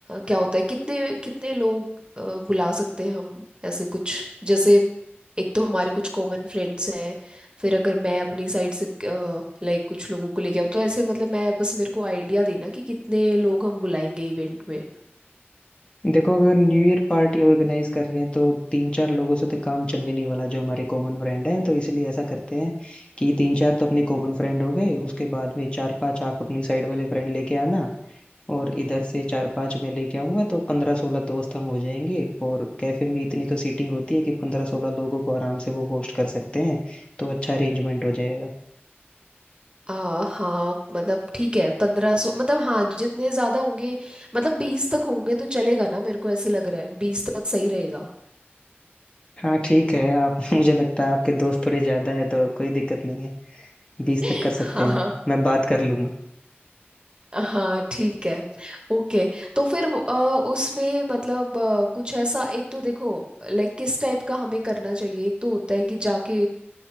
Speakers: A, on the right; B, on the left.
A: क्या होता है कितने कितने लोग अ, बुला सकते हैं हम ऐसे कुछ जैसे एक तो हमारे कुछ कॉमन फ्रेंड्स हैं फिर अगर मैं अपनी साइड से लाइक कुछ लोगों को लेके आऊँ तो ऐसे मतलब मैं बस मेरे को आइडिया देना कि कितने लोग हम बुलाएंगे इवेंट में
B: देखो अगर न्यू ईयर पार्टी ऑर्गेनाइज कर रहे हैं तो तीन चार लोगों से तो काम चलने नहीं वाला जो हमारे कॉमन फ्रेंड हैं तो इसलिए ऐसा करते हैं कि तीन चार तो अपने कॉमन फ्रेंड हो गए उसके बाद में चार पांच आप अपनी साइड वाले फ्रेंड लेके आना और इधर से चार पांच मैं लेके आऊंगा तो पंद्रह सोलह दोस्त हम हो जाएंगे और कैफे में इतनी तो सीटिंग होती है कि पंद्रह सोलह लोगों को आराम से वो होस्ट कर सकते हैं तो अच्छा अरेंजमेंट हो जाएगा
A: आ, हाँ मतलब ठीक है पंद्रह सौ मतलब हाँ जितने ज्यादा होंगे मतलब बीस तक होंगे तो चलेगा ना मेरे को ऐसे लग रहा है बीस तक सही रहेगा
B: हाँ ठीक है आप <laughs> मुझे लगता है आपके दोस्त थोड़े ज्यादा है तो कोई दिक्कत नहीं है बीस
A: <laughs>
B: तक कर सकते
A: हाँ
B: हैं हम मैं बात कर लूंगा
A: हाँ ठीक है ओके तो फिर वो, अ, उसमें मतलब अ, कुछ ऐसा एक तो देखो लाइक किस टाइप का हमें करना चाहिए एक तो होता है कि जाके